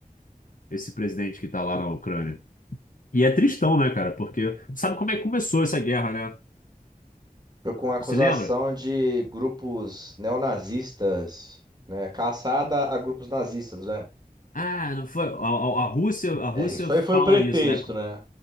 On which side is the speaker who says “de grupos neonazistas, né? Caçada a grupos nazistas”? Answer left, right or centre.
Right